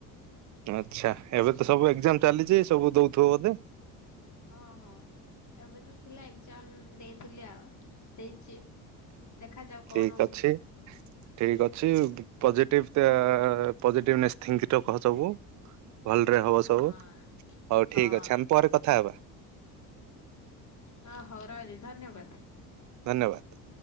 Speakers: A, on the right; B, on the left.
A: ଆଚ୍ଛା ଏବେ ତ ସବୁ ଏକ୍ଜାମ ଚାଲିଛି ସବୁ ଦଉଥିବ ବୋଧେ।
B: ହଁ ହଁ ଏବେ ତ ଥିଲା ଏକ୍ଜାମ ଦେଇଥିଲି ଆଉ ଦେଇଛି। ଦେଖାଯାଉ
A: ଠିକ
B: କଣ ହଉଛି
A: ଅଛି ଠିକ ଅଛି। ପଜିଟିଭ୍ ପଜିଟିଭନେସ୍ ଥିଙ୍କ ରଖ ସବୁ। ଭଲରେ ହବ
B: ହଁ
A: ସବୁ ହଉ
B: ହଁ
A: ଠିକ୍ ଅଛି ଆମେ ପରେ କଥା ହେବା।
B: ହଁ ହଉ ରହିଲି ଧନ୍ୟବାଦ।
A: ଧନ୍ୟବାଦ।